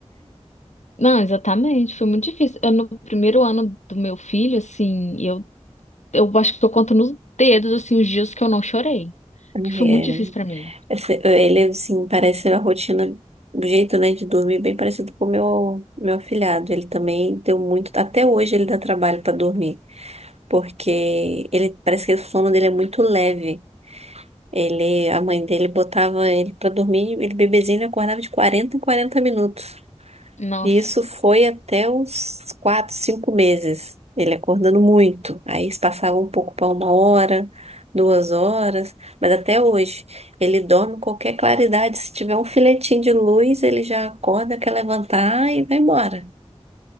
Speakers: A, on the left (about 80°); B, on the right (about 65°).
A: Não, exatamente, foi muito difícil. Eu, no primeiro ano do meu filho, assim, eu, eu acho que eu conto nos dedos, assim, os dias que eu não chorei.
B: <laughs> Ai,
A: Porque foi muito
B: é.
A: difícil pra mim.
B: Esse- ele, assim, parece a rotina, o jeito, né, de dormir, bem parecido com o meu, meu afilhado. Ele também deu muito. Até hoje ele dá trabalho para dormir, porque ele parece que o sono dele é muito leve. Ele, a mãe dele botava ele pra dormir, ele bebezinho ele acordava de 40 em 40 minutos.
A: Nossa.
B: E isso foi até uns 4, 5 meses. Ele acordando muito. Aí isso passava um pouco para uma hora, duas horas, mas até hoje ele dorme em qualquer claridade. Se tiver um filetinho de luz, ele já acorda, quer levantar e vai embora.